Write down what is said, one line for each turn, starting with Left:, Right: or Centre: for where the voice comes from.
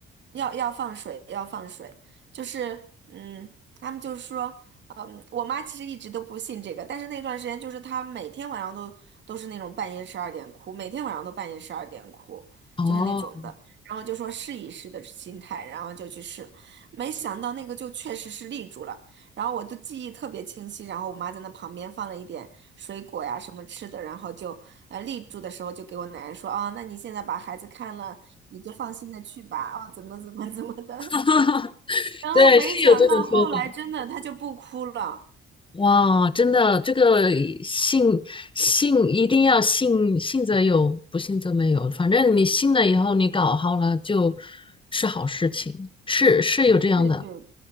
Right: 要要放水，要放水，就是嗯，他们就是说，嗯，我妈其实一直都不信这个，但是那段时间就是她每天晚上都都是那种半夜十二点哭，每天晚上都半夜十二点哭，
Left: 哦，
Right: 就是那种的，然后就说试一试的心态，然后就去试，没想到那个就确实是立住了，然后我的记忆特别清晰，然后我妈在那旁边放了一点水果呀什么吃的，然后就呃立住的时候就给我奶奶说啊，那你现在把孩子看了。你就放心的去吧，哦，怎么怎么怎么的。
Left: <laughs>
Right: <laughs> 然后没想到后来真的他就不哭了。
Left: 对，是有这种说法。哇，真的，这个信信一定要信，信则有，不信则没有。反正你信了以后，你搞好了就是好事情，是是有这样的。
Right: 对对的